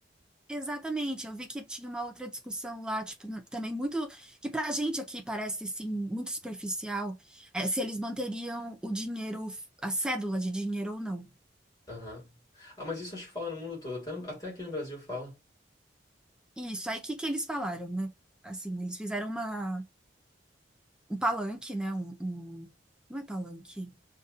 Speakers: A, in the centre; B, on the left.
A: Exatamente, eu vi que tinha uma outra discussão lá, tipo, n- também muito, que pra gente aqui parece, sim, muito superficial, é, se eles manteriam o dinheiro, a cédula de dinheiro ou não.
B: Aham. Ah, mas isso acho que fala no mundo todo, até, no- até aqui no Brasil fala.
A: E Isso, aí o que que eles falaram, né? Assim, eles fizeram uma, um palanque, né, um, um- não é palanque,